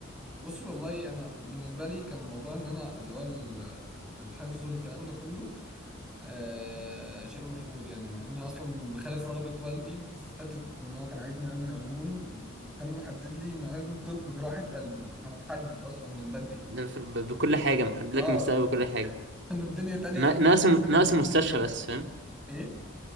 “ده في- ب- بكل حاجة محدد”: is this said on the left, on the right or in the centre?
Right